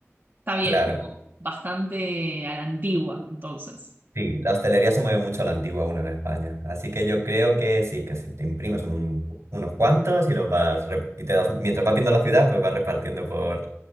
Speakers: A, on the right (about 45°); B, on the right (about 70°).
A: está bien,
B: Claro.
A: como bastante a la antigua, entonces.
B: Sí, la hostelería se mueve mucho a la antigua aún en España. Así que yo creo que sí, que si te imprimes un- unos cuantos y los vas, rep- y te das- mientras vas viendo la ciudad, pues vas repartiendo por,